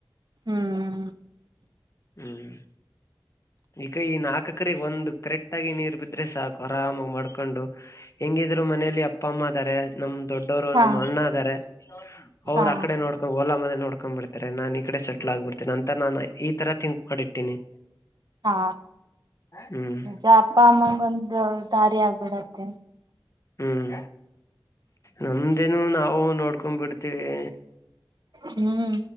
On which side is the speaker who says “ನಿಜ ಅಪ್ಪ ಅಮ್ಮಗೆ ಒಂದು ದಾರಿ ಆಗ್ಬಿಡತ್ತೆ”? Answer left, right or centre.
Right